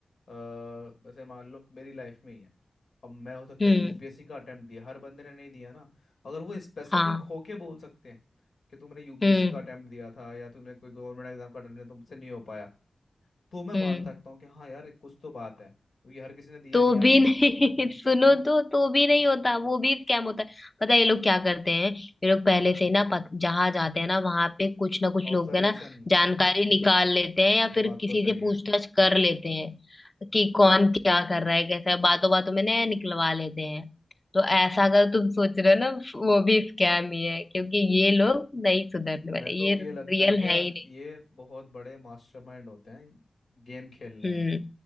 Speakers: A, on the left; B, on the left.
A: जैसे मान लो मेरी लाइफ में ही है अब मैं हो सकता
B: हम्म
A: है यूपीएससी का अटेम्प्ट दिया हर बंदे ने नहीं दिया ना अगर वो स्पेसिफिक
B: हाँ
A: होके बोल सकते हैं कि तुमने यूपीएससी
B: हम्म
A: का अटेम्प्ट दिया था या तुमने कोई गवर्नमेंट एग्जाम का अटेम्प्ट दिया, तुमसे नहीं हो पाया तो मैं
B: हम्म
A: मान सकता हूँ कि हाँ यार कुछ तो बात है क्योंकि हर किसी ने दिया
B: तो
A: नहीं आज
B: भी
A: तक
B: नहीं <laughs> सुनो
A: है ना
B: तो तो भी नहीं होता वो भी स्कैम होता है पता है ये लोग क्या करते हैं ये लोग पहले से ही ना पत- जहाँ जाते हैं ना वहां पे कुछ ना कुछ
A: ऑब्जर्वेशन
B: लोग है ना जानकारी निकाल लेते हैं या फिर
A: बात
B: किसी
A: तो सही
B: से
A: है
B: पूछताछ कर लेते हैं कि कौन क्या कर रहा है कैसा है बातों बातों में नया निकलवा लेते हैं तो ऐसा अगर तुम सोच रहे हो ना वो भी स्कैम ही है क्योंकि ये लोग नहीं सुधरने
A: मैं
B: वाले
A: तो
B: ये
A: ये लगता
B: रियल
A: है कि
B: है ही नहीं
A: ये बहुत बड़े मास्टरमाइंड होते हैं गेम खेलने
B: हम्म
A: में